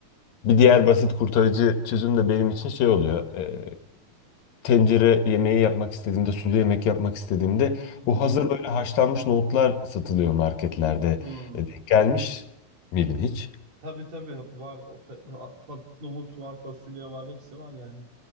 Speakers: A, on the left; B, on the right.
A: bir diğer basit kurtarıcı çözüm de benim için şey oluyor. e, tencere yemeği yapmak istediğimde, sulu yemek yapmak istediğimde
B: Hı hı.
A: bu hazır böyle haşlanmış nohutlar satılıyor marketlerde.
B: Hı.
A: E, Denk gelmiş miydin hiç?
B: Tabii tabii var. O, fa- nohut var, fasulye var, hepsi var yani.